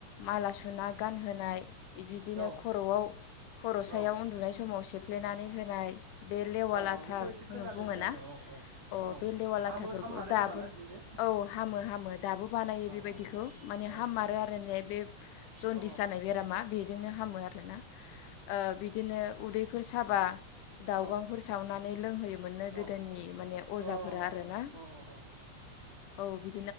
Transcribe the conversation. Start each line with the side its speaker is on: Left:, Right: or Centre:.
Left: माला सुना गानहोनाय बिदिनो
Right: औ
Left: खर'आव खर' सायाव
Right: औ
Left: उन्दुनाय समाव सेफ्लेनानै हो नाय बे लेवा लाथा
Right: औ बेखौ एसे
Left: होन
Right: खोनादोंसो
Left: बुङो
Right: आङो
Left: ना।
Right: औ औ
Left: अ
Right: औ
Left: बे लेवा
Right: हामो
Left: लाथाफोरखौ
Right: हाममारो
Left: दाबो
Right: खोमा ना बिदिजों
Left: औ हामो हामो दाबो बानायो
Right: औ
Left: बेबायदिखौ।
Right: औ
Left: माने
Right: औ
Left: हाममारो आरो ने बे जनदिस
Right: औ
Left: जानाय बेरामा। बेजोंनो हामो आरोना ओ बिदिनो उदैफोर साबा दाउगां
Right: औ
Left: फोरा सावनानै लोंहोयो। मोननो
Right: औ
Left: गोदोनि
Right: औ
Left: माने अजाफोरा
Right: अ
Left: आरोना।
Right: अ अ
Left: औ बि